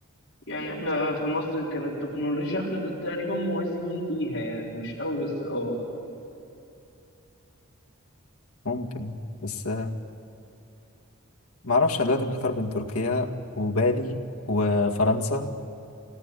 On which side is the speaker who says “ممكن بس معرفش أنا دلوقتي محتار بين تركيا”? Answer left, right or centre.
Left